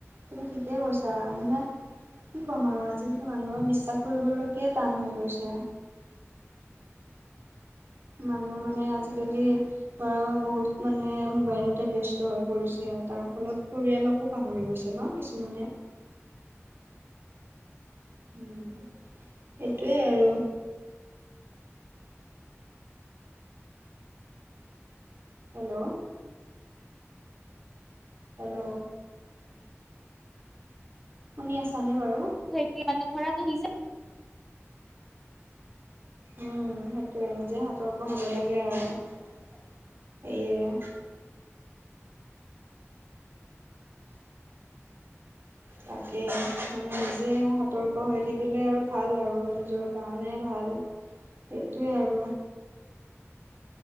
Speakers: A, on the right (about 50°); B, in the centre.
A: তুমি ঠিকেই কৈছা, মানে কি ক'ম আৰু আজিকালি মানুহৰ বিশ্বাস কৰিবলৈকে টান হৈ গৈছে। মানুহৰ মানে আজিকালি ধৰা বহুত মানুহে মোবাইলতে ব্যস্ত হৈ পৰিছে তাৰফলত পৰিয়ালকো পাহৰি গৈছে ন' কিছুমানে? উম, সেইটোৱে আৰু। হেল্ল'। হেল্ল'। শুনি আছানে বাৰু?
B: কি মানে ধৰাটো নিজে
A: উম, সেইটয়ে নিজে সতৰ্ক হ'ব লাগে আৰু, সেইয়ে তাকে মানে নিজে সতৰ্ক হৈ থাকিলে আৰু ভাল, আৰু নিজৰ কাৰণে ভাল। সেইটোৱে আৰু।